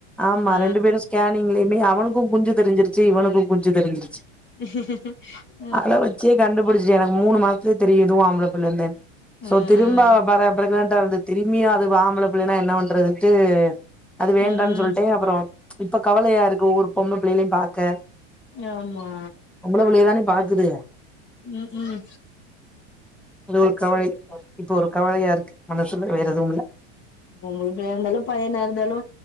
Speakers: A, in the centre; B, on the left (about 35°).
A: ஆமா
B: ஆ
A: ரெண்டு பேரும் ஸ்கே நீங்களுமே அவனுக்கு குஞ்சு தெரிஞ்சிருச்சு இவனுக்கு குஞ்சு தெரிஞ்சிருச்சு
B: ம்அம்
A: அத வச்சே கண்டுபுடிச்சே எனக்கு மூணு மாசத்துலே தெரியு இதுவு ஆம்பளபுள்ளனு இருந்தேன்
B: ஆ
A: சோ
B: ம்
A: திரும்ப பழ பிரக்னண்டா இருந்து திரும்பியு அது ஆம்பள புள்ளனா என்ன பண்றதுன்ட்டு அது வேண்டானு
B: ம்
A: சொல்லிட்டே அப்றோ இப்ப கவலையாருக்கு ஓவ்வொரு பொண்ணு பிள்ளைகளையும் பாக்க
B: ஆமா
A: பொம்பள புள்ளைக தானே பாக்குதுக
B: ம் ஹும்
A: இன்னு ஒரு கவலை இப்ப ஒரு கவலயாருக்கு மனசுல வேற எதுவுமில்ல
B: பொம்பள புள்ளயாருந்தாலு பையனாருந்தாலு